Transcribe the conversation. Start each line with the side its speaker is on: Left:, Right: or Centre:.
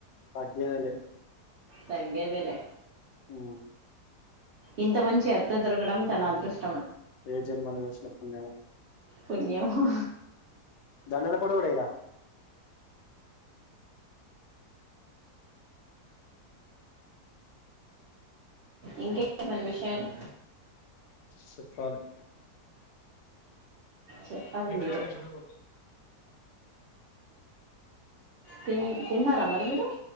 Left: తగ్గేదలే
Right: తగ్గేదలే
Left: ఉ
Right: ఇంత మంచి అత్త దొరకడం తన అదృష్ట
Left: ఏ జన్మలో చేసిన పుణ్యమో
Right: పుణ్యమో
Left: ధనియాలు పాడు కూడా ఇయ్యరా
Right: ఇంకేటీ మరి విషయాలు
Left: చెప్పాలి
Right: చెప్పాలి
Left: వీట్లో
Right: మీరే
Left: వెండిగిన్నాయి
Right: తిన్ తిన్నారా మరి మీరు